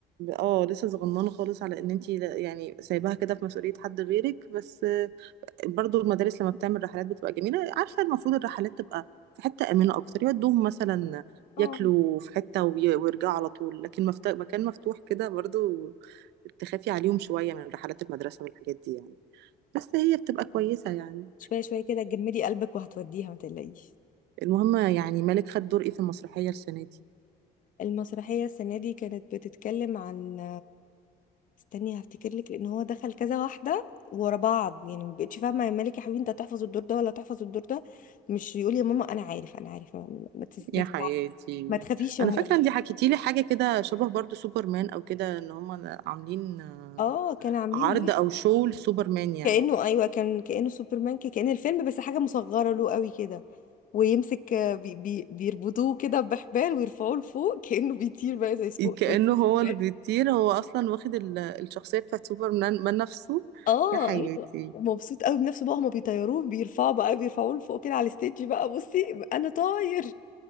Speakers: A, on the right; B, on the left.
A: اه لسه صغننة خالص على إن أنتي لا- يعني سايباها كده في مسؤولية حد غيرك بس برضو المدارس لما بتعمل رحلات بتبقى جميلة عارفة المفروض الرحلات تبقى في حتة آمنة أكتر يودوهم مثلا
B: اه
A: ياكلوا في حتة وي- ويرجعوا على طول لكن مفت... مكان مفتوح كده برضو تخافي عليهم شوية من رحلات المدرسة والحاجات دي يعني بس هي بتبقى كويسة يعني
B: شويه شويه كده جمدي قلبك وهتوديها ما تقلقيش
A: المهم يعني مالك خد دور ايه في المسرحية السنة دي
B: المسرحية السنة دي كانت بتتكلم عن استني هفتكر لك لأن هو دخل كذا واحدة ورا بعض يعني ما بقتش فاهمة يا مالك يا حبيبي أنت هتحفظ الدور ده ولا هتحفظ الدور ده مش يقول يا ماما أنا عارف أنا عارف ما, ما, تس... ما,
A: يا
B: تزع-
A: حياتي
B: ما تخافيش يا
A: انا
B: ماما
A: فاكره ان دي حكيتي لي حاجه كده شبه برضو سوبرمان او كده ان هم عاملين آه،
B: اه كانوا عاملين
A: عرض
B: بيه
A: او شو لسوبرمان يعني
B: كأنه أيوه كان كأنه سوبرمان كأن الفيلم بس حاجة مصغرة له قوي كده ويمسك آه، بي بي بيربطوه كده بحبال ويرفعوه لفوق كأنه بيطير بقى زي سوق
A: كأنه
B: زي سوبرمان
A: هو اللي بيطير هو أصلا واخد ال- الشخصية بتاعت سوبرمان من نفسه
B: اه
A: يا حياتي
B: ايوه ومبسوط قوي بنفسه بقى هما بيطيروه بيرفعوا بقى بيرفعوه لفوق كده على الستيج بقى بصي انا طاير